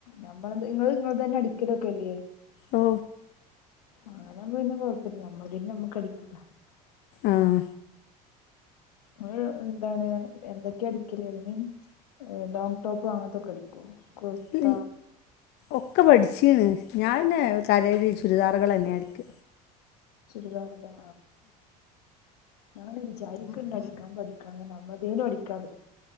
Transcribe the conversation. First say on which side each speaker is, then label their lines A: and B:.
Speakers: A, on the left (about 80°); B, on the left (about 55°).
A: നമ്മളത് ങ്ങള് ങ്ങളത് തന്നെ അടിക്കലൊക്കെല്ലേ
B: ഓ
A: ആ അങ്ങനമ്പം പിന്നെ കുഴപ്പമില്ല നമ്മൾടേത് നമ്മക്ക് അടിക്ക
B: ആഹ
A: ഇങ്ങൾ എന്താണ് എന്തൊക്കെയ അടിക്കല് I mean a long top അങ്ങത്തെ ഒക്കെ അടിക്കോ കുർത്ത
B: ഉ ഒക്കെ പഠിച്ച്ണ് ഞാൻ പിന്നെ കാര്യായിട്ട് ചുരിദാറുകൾ തന്നെയ അടിക്ക
A: ചുരിദാറിലോ ഞൻ വിചാരിക്ക്ണ്ട് അടിക്കാൻ പഠിക്കാന്ന് നമ്മൾതേലും അടിക്കാലോ